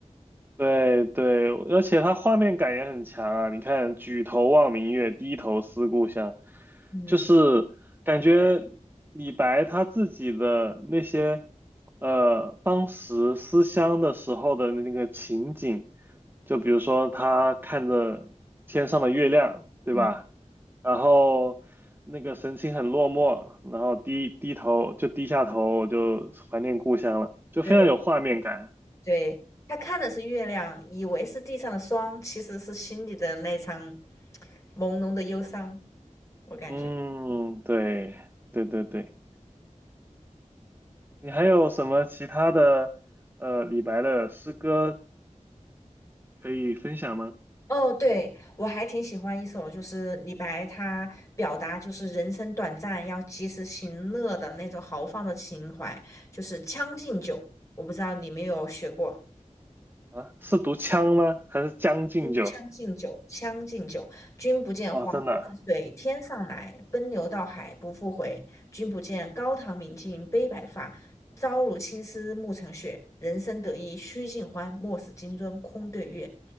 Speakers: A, on the right (about 15°); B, on the left (about 25°).
A: 对对，而且它画面感也很强啊！你看“举头望明月，低头思故乡”，
B: 嗯
A: 就是感觉李白他自己的那些呃，当时思乡的时候的那个情景，就比如说他看着天上的月亮，对吧？
B: 嗯，
A: 然后那个神情很落寞，然后低低头就低下头，我就怀念故乡了，就非常有画面感。
B: 对对，他看的是月亮，以为是地上的霜，其实是心里的那场朦胧的忧伤。我感觉，
A: 嗯，对，对对对，你还有什么其他的呃李白的诗歌可以分享吗？
B: 哦，对，我还挺喜欢一首，就是李白他表达就是人生短暂，要及时行乐的那种豪放的情怀，就是《将进酒》。我不知道你有没有学过，
A: 啊，是读《枪》吗？还是《将进酒》？
B: 嗯将进酒》，《将进酒》，君不见黄河之水天上来，
A: 啊，真的，
B: 奔流到海不复回。君不见高堂明镜悲白发，朝如青丝暮成雪。人生得意须尽欢，莫使金樽空对月。